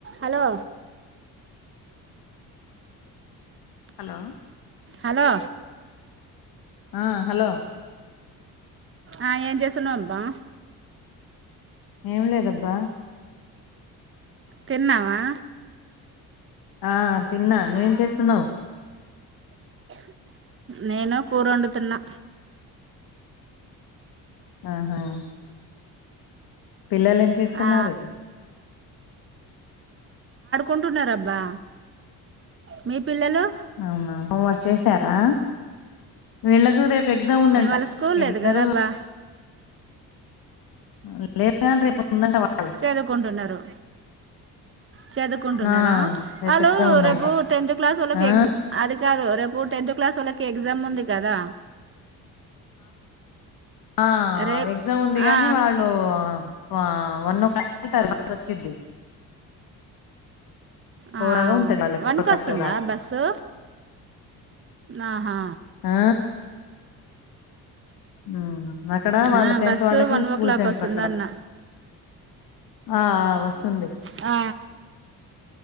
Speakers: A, on the right; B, on the left.
A: అలో
B: hello
A: hello
B: ఆ hello
A: ఆ ఏం చేస్తున్నావ్ అబ్బా
B: ఏం లేదబ్బా.
A: తిన్నావా
B: ఆ తిన్నా నువ్వేం చేస్తున్నావ్
A: నేను కూర ఒండుతున్నా
B: ఆహా పిల్లల్ ఏం చేస్తున్నారు
A: ఆ ఉంటన్నారబ్బా మీ పిల్లలు
B: ఔనా హోంవర్క్ చేసారా వీళ్ళకూ రేప్ గ్జామ్ ఉందంట
A: ఇవాళ స్కూల్
B: ఇద్దరూ
A: లేదు కదా అబ్బా
B: <unintelligible> వాళ్ళకి
A: చదువ్కుంటున్నరు చదువుకుంటున్నారా
B: ఆ రేపు
A: ఆళ్ళు
B: ఎగ్జామ్ ఉందంట
A: రేపు టెన్త్ క్లాసోళ్ళక్
B: ఆ
A: ఎగ్జ్ అది కాదు రేప్ ఉ టెన్త్ క్లాసోళ్ళకి ఎగ్జామ్ ఉంది కదా
B: ఆ
A: రేపు
B: ఎగ్జామ్ ఉంది గనీ
A: ఆ
B: వాళ్ళు ఆ వన్న వన్ ఓ క్లాక్ తర్వాత వచ్చిద్ది. చూడగా
A: ఆ
B: ఉంటది వాళ్ళకి
A: వన్
B: <unintelligible>
A: కి వస్తుందా బస్సు ఆహా
B: ఆ ఆ ఉమ్ అక్కడ వాళ్ళ
A: ఆ
B: టెన్త్
A: బస్సు
B: వాళ్ళకి
A: వన్
B: స్కూల్
A: ఓ క్లాక్
B: సెంటర్
A: వస్తుందన్న
B: అక్కడ. ఆ ఆ వస్తుంది.
A: ఆ